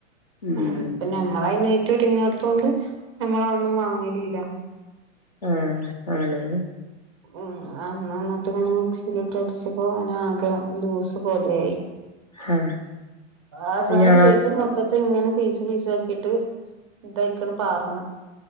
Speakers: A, on the left; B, on the right.
A: ഉം
B: ആഹ് ഇപ്പ നമ്മളൈനൈറ്റോര് ങ്ങാത്തോണ്ട് നമ്മളതൊന്നും വാങ്ങലില്ല.
A: ആഹ് ആണ്
B: മ് അന്നന്ന്ട്ട് ഇങ്ങനെ മിക്സീലി ട്ടടിച്ചപ്പോ അങ്ങനെ ആകെ ലൂസ് പോലെയായി
A: ആ
B: അവസാനം
A: ഞാ
B: കേക്ക്‌ മൊത്തത്ത്ങ്ങനെ പീസ് പീസാക്കീട്ട് ഇദൈക്കണ് പാർന്ന്